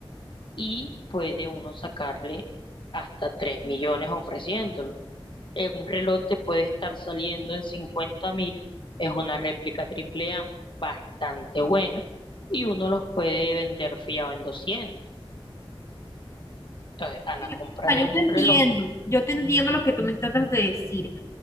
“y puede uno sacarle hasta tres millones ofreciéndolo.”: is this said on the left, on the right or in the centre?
Left